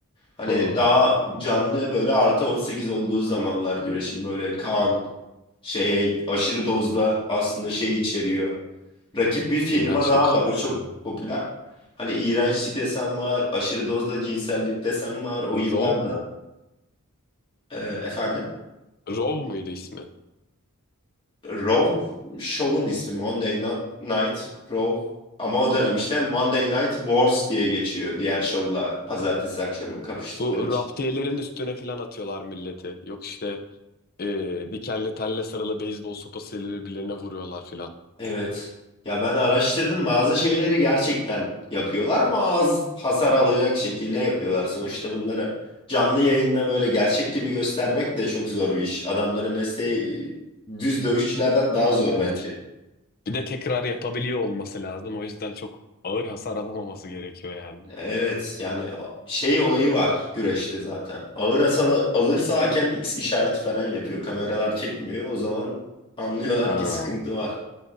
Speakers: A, on the left; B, on the left.
A: Hani
B: Hmm,
A: daha canlı böyle artı 18 olduğu zamanlar güreşin böyle kan şey aşırı dozda aslında şey içeriyor. Rakip bir firma
B: iğrençlik.
A: daha var. O çok
B: Hmm.
A: popüler. Hani iğrençlik desem var, aşırı dozda cinsellik desem var. O yıllarda
B: Rov mu?
A: e, efendim
B: Rov muydu ismi?
A: Raw Show'un ismi Monday Night, Night Raw. Ama o dönem işte Monday Night Wars diye geçiyor diğer şovla pazartesi akşamı kapıştıkları
B: Bu
A: için.
B: raftiyelerin üstüne filan atıyorlar milleti. Yok işte e, dikenli telle sarılı beyzbol sopasıyla birbirlerine vuruyorlar filan.
A: Evet. Ya ben araştırdım bazı şeyleri gerçekten yapıyorlar ama az hasar alacak şekilde yapıyorlar. Sonuçta bunları canlı yayında böyle gerçek gibi göstermek de çok zor bir iş. Adamların mesleği düz dövüşçülerden daha zor
B: Evet.
A: bence.
B: Bir de tekrar yapabiliyor olması lazım. O yüzden çok ağır hasar alamaması gerekiyor yani.
A: Evet yani a- şey olayı var güreşte zaten. Ağır hasar alırsa hakem X işareti falan yapıyor. Kameralar çekmiyor. O zaman anlıyorlar
B: Ha,
A: ki sıkıntı var.